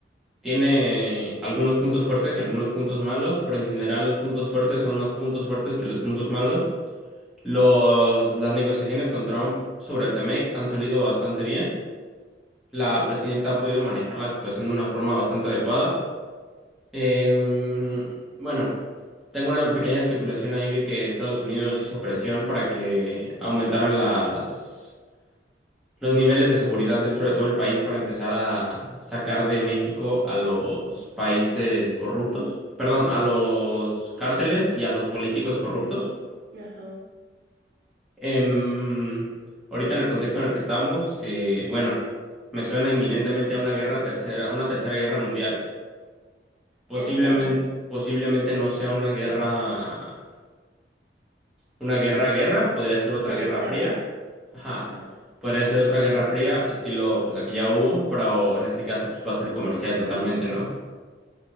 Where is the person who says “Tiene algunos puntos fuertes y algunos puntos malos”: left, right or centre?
Centre